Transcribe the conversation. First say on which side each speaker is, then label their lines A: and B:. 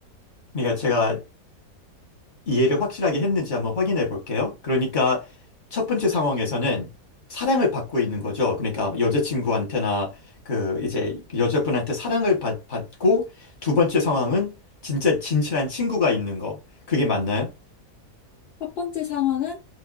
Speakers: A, on the left; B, on the left.
A: 그러니까 제가 이해를 확실하게 했는지 한번 확인해 볼게요. 그러니까 첫 번째 상황에서는 사랑을 받고 있는 거죠. 그러니까 여자친구한테나 그 이제 여자분한테 사랑을 받, 받고 두 번째 상황은 진짜 진실한 친구가 있는 거. 그게 맞나요?
B: 첫 번째 상황은